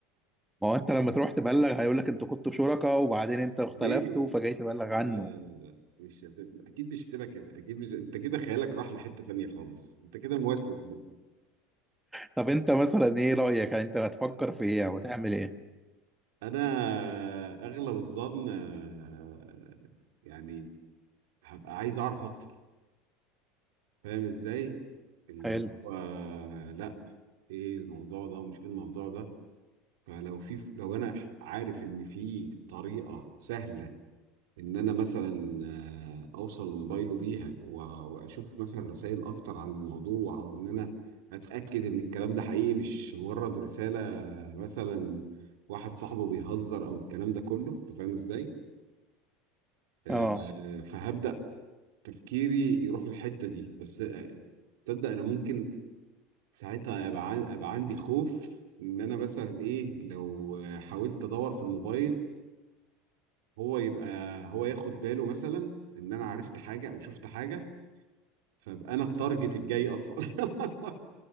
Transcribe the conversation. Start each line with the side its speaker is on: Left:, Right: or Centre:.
Centre: ما هو انت لما تروح تبلغ هيقول لك انتوا كنتوا شركاء وبعدين انت
Right: <laughs>
Centre: اختلفتوا
Right: ليه
Centre: فجاي تبلغ
Right: لا
Centre: عنه
Right: لا لا لا مش هتبقى اكيد مش هتبقى كده اكيد مش انت كده خيالك راح لحتة تانية خالص انت كده موسوس بقى
Centre: طب انت مثلا ايه رأيك يعني انت هتفكر في ايه او هتعمل ايه
Right: انا اغلب الظن آه، يعني هبقى عايز اعرف اكتر فاهم ازاي اللي
Centre: حلو
Right: هو آه، لا ايه الموضوع ده ومش ايه الموضوع ده فلو في لو انا عارف ان في طريقه سهله ان انا مثلا آه، اوصل لموبايله بيها و- واشوف مثلا رسائل اكتر عن الموضوع او ان انا اتاكد ان الكلام ده حقيقي مش مجرد رساله مثلا واحد صاحبه بيهزر او الكلام ده كله انت فاهم ازاي آه،
Centre: اه
Right: فهبدا تفكيري يروح للحته دي بس آه، تصدق انا ممكن ساعتها ابقى عن- أبقى عندي خوف ان انا مثلا ايه لو آه، حاولت ادور في الموبايل هو يبقى هو ياخد باله مثلا ان انا عرفت حاجه او شفت حاجه فابقى انا التارجت الجاي اصلا <laughs>